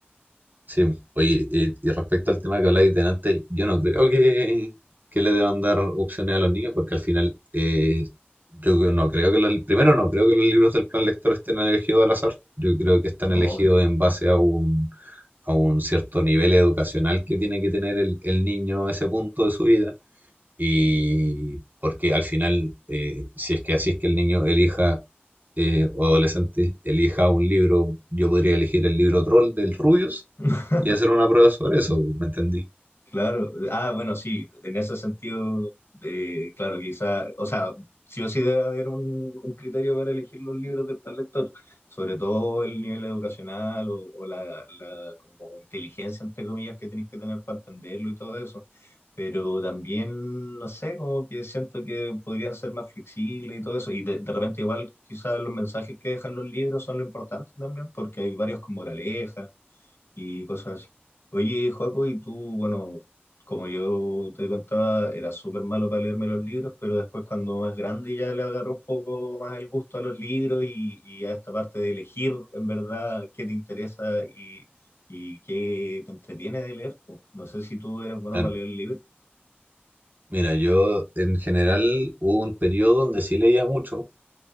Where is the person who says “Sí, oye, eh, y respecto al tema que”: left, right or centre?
Right